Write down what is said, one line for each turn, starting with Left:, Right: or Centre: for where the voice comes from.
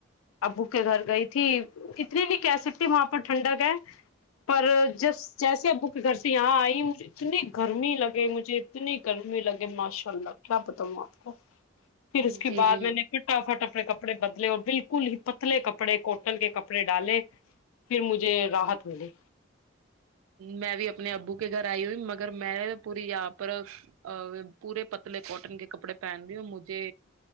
Left: ابو کے گھر گئی تھی اتنی نہیں کہہ سکتی وہاں پر ٹھنڈک ہے پر جس جیسے ابو کے گھر سے یہاں آئی اتنی گرمی لگے مجھے اتنی گرمی لگے ماشاء اللہ کیا بتاؤںا آپ کو پھر اس کے
Right: جی
Left: بعد
Right: جی
Left: میں نے فٹافٹ اپنے کپڑے کپڑے بدلے اور بالکل ہی پتلے کپڑے کوٹن کے کپڑے ڈالے پھر مجھے راحت ملی
Right: میں بھی اپنے ابو کے گھر آئی ہوئی مگر میں نے پوری یہاں پر پورے پتلے کاٹن کے کپڑے پہن لی ہوں مجھے